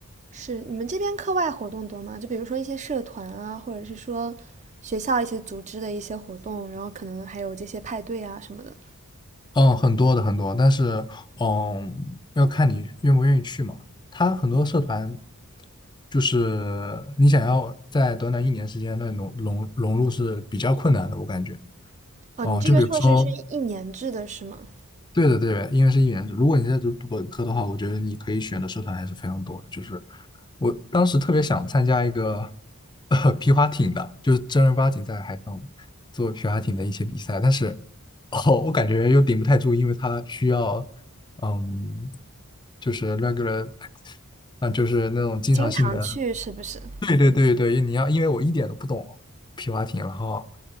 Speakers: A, on the right; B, on the left.
A: 是你们这边课外活动多吗？就比如说一些社团啊，或者是说学校一些组织的一些活动，然后可能还有这些派对啊什么的。
B: 嗯，很多的很多，但是嗯，要看你愿不愿意去嘛。他很多社团就是你想要在短短一年时间内融融融入是比较困难的，我感觉。
A: 哦，
B: 哦、
A: 你这个硕士是一年制的是吗？
B: 就比如说对的，对的，因为是一年制。如果你在读读本科的话，我觉得你可以选的社团还是非常多的。就是我当时特别想参加一个呃 <laughs> 皮划艇的，就是正儿八经在海上做皮划艇的一些比赛，但是哦，我感觉又顶不太住，因为它需要嗯，就是 regular，啊，就是那种经常性的。
A: 经常去是不是？
B: 对对对对，你要，因为我一点都不懂皮划艇，然后，